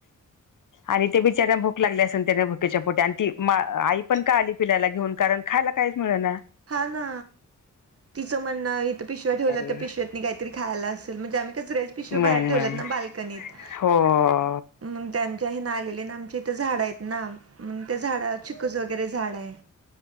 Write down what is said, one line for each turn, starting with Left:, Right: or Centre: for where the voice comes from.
Left: आणि ते बिचार्यांना भूक लागली असन त्यांना भुक्याच्या पोटी आणि ती आई पण का आली पिलाला घेऊन कारण. खायला काहीच मिळना.
Right: हा ना तिचं म्हणणं इथं पिशव्या
Left: बिचारी
Right: ठेवला तर पिशव्यात. काहीतरी खायला असेल म्हणजे आम्ही काराच्या पिशवा बाहेर
Left: मिळेल
Right: ठेवलत
Left: मिळेल
Right: ना बाल्कनीत.
Left: हो
Right: मग त्यांच्या हे <unintelligible> ना आमचे इथे झाडं आहेत ना. मग त्या झाडा चिकूच वगैरे झाड आहे